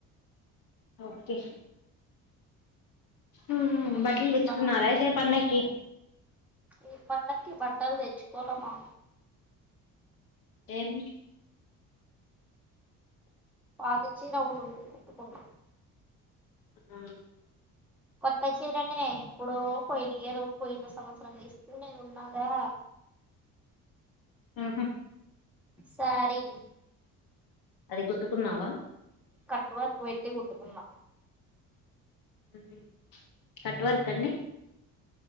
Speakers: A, on the left; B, in the centre.
A: ఓకే ఉమ్
B: నువ్వేం
A: బట్టలు
B: చేస్తున్నావ్
A: దేచ్చుకున్నారా అయితే పండక్కి
B: ఈ పండకి బట్టలు దెచ్చుకోలేమా
A: ఏమి
B: పాత చీర ఒక్కట్టుంటే కుటుక్కున్న
A: ఉమ్
B: కొత్త చీరనే ఎప్పుడో పోయిన ఇయరు పోయిన సంవత్సరం దీ దిస్కున్నేది ఉన్నాదా
A: అ హా
B: సారీ
A: అది కుట్టుకున్నావా
B: కట్ వర్క్ పెట్టి కుట్టుకున్నా
A: ఉహ్ కట్ వర్క్ అండి